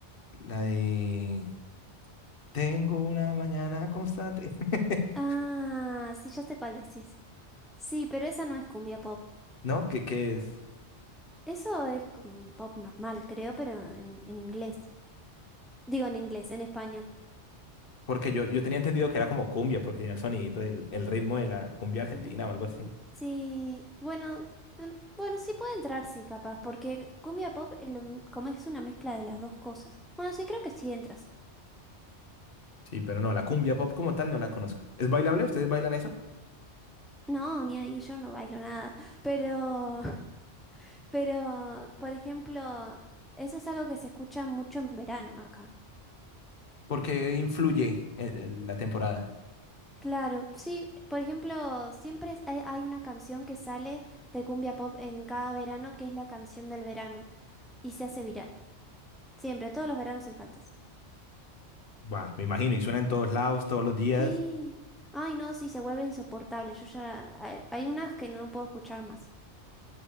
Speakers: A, on the left; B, in the centre.
A: La de Tengo una mañana constante. <laughs>
B: Ah, sí, ya sé cuál decís. Sí, pero esa no es cumbia pop.
A: ¿No? ¿Qué, qué es?
B: Eso es como pop normal, creo, pero en, en inglés. Digo en inglés, en español.
A: Porque yo, yo tenía entendido que era como cumbia, porque tenía el sonidito del el ritmo de la cumbia
B: Ten-
A: argentina o algo así.
B: Sí, bueno, mm, bueno, sí puede entrar, sí, capaz, porque cumbia pop, el- como es una mezcla de las dos cosas. Bueno, sí, creo que sí entra, sí.
A: Sí, pero no, la cumbia pop como tal no la conozco. ¿Es bailable? ¿Ustedes bailan eso?
B: No, ni ahí, yo no bailo nada, pero, <laughs> pero, por ejemplo, eso es algo que se escucha mucho en verano acá.
A: Porque influye el- el- la temporada.
B: Claro, sí, por ejemplo, siempre es- hay, hay una canción que sale de cumbia pop en cada verano, que es la canción del verano, y se hace viral, siempre, todos los veranos sin faltas.
A: Bah, me imagino, y suena en todos lados, todos los días.
B: Sí. Ay, no, sí, se vuelve insoportable. Yo ya. Hay, hay unas que no puedo escuchar más.